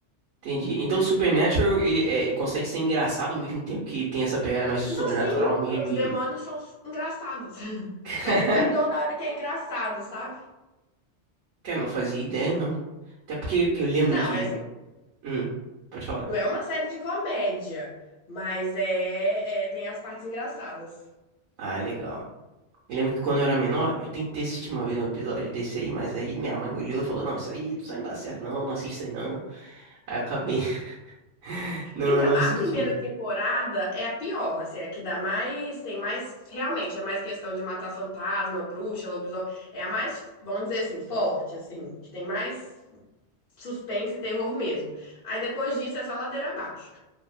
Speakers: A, on the right; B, on the left.
A: Entendi. Então, Supernatural, ele é, ele consegue ser engraçado ao mesmo tempo que tem essa pegada mais sobrenatural
B: Não, sim,
A: mesmo
B: os
A: e...
B: demônios são engraçados. <laughs>
A: <laughs>
B: Mas assim, não é toda hora que é engraçado, sabe?
A: Cara, eu não fazia ideia, não. Até porque eu lembro
B: Não,
A: que...
B: é assim,
A: Hum, pode falar.
B: Não é uma série de comédia, mas é, é- tem as partes engraçadas.
A: Ah, legal. Eu lembro que quando eu era menor, eu tentei assistir uma vez um episódio desse aí, mas aí minha mãe olhou e falou, não, isso aí, isso aí não dá certo não, não assiste isso aí não. Aí eu acabei <laughs> não,
B: Então,
A: não
B: a
A: assistindo.
B: primeira temporada é a pior, assim, é que dá mais, tem mais, realmente, é mais questão de matar fantasma, bruxa, lobisomem, é a mais, vamos dizer assim, forte, assim, que tem mais suspense e terror mesmo. Aí depois disso é só ladeira abaixo.